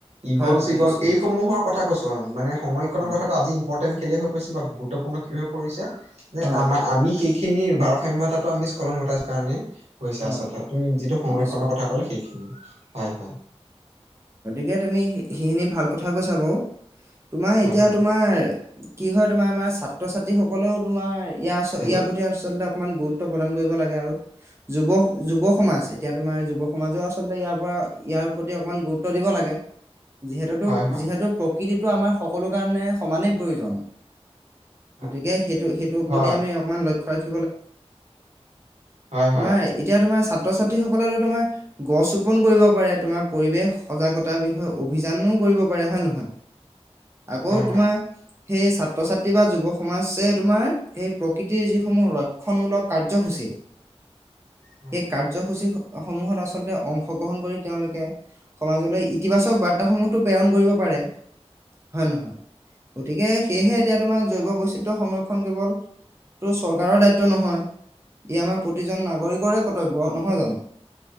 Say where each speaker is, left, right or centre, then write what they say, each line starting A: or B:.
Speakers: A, on the right; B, on the right.
A: ইগল
B: হয়, হয়,
A: চিগল
B: নিশ্চয়,
A: এইসমূহৰ
B: নিশ্চয়।
A: কথা কৈছ অ মানে সময়ক্ষণৰ
B: হয়,
A: কথাটো আজিম পৰ্টেন খলি হৈ পৰিছে বা গুৰুত্বপূৰ্ণ কি হৈ পৰিছে যে
B: হয়,
A: আমাৰ আমি স খিনিৰ ভাৰসাম্যতাতো আমি স্খলন ঘটাইছো কাৰণে হৈছে
B: হয়,
A: আচলতে তুমি যিটো সংৰক্ষনৰৰ
B: নিশ্চয়।
A: কথা কলে সেইখিনি হয় হয়
B: গতিকে তুমি সেইখিনি ভাল কথা কৈছ ব তোমাৰ
A: হয়
B: এতিয়া
A: হয়
B: তোমাৰ কি হয় তোমাৰ আমাৰ ছাত্ৰ ছাত্ৰী সকলেও তোমাৰ ইয়াৰ আ
A: হেল্ল'
B: ইয়াৰ প্ৰতি আচলতে অকমান গুৰুত্ব প্ৰদান কৰিব লাগে আৰু যুৱ যুৱ সমাজ এতিয়া তোমাৰ যুৱ সমাজেও আচলতে ইয়াৰ পৰা ইয়াৰ প্ৰতি অকণমান গুৰুত্ব ত দিব লাগে যিহেতুো
A: হয় হয়
B: যিহেতু প্ৰকৃতিটো আমাৰ সকলো কাৰণে সমানেই প্ৰয়োজন।
A: হয়
B: গতিকে সেইটো সেইটোৰ প্ৰতি
A: হয়
B: আমি অকমান লক্ষ্য <inaudible>
A: হয়
B: তোমাৰ
A: হয়
B: এতিয়া তোমাৰ- ছাত্ৰ ছাত্ৰীসকলেো তোমাৰ গছ ৰোপন কৰিব পাৰে তোমাৰ পৰিৱেশ। সজাগতাৰ বিষয়ে অভিযানো কৰিব পাৰে হয় নহয়। আকৌ
A: হয়
B: তোমাৰ- সেই ছাত্ৰ ছাত্ৰী বা যুৱ সমাজছে তোমাৰ সেই প্ৰকৃতিৰ যিসমূহ ৰক্ষণমূলক কাৰ্যসূচী
A: হয়
B: সেই কাৰ্যসূচী সমূহত আচলতে অংশগ্ৰহণ কৰি তেওঁলোকে সমাজলৈ ইতিবাচক বাৰ্তাসমূহতো প্ৰেৰণ কৰিব পাৰে হয় নহয় গতিকে সেয়েহে এতিয়া তোমাৰ জৈৱ বৈচিত্ৰয় সংৰক্ষণ কেৱল তটো চৰকাৰৰ দায়িত্ব নহয় ই আমাৰ প্ৰতিজন নাগৰিকৰে কৰ্তব্য নহয় জানো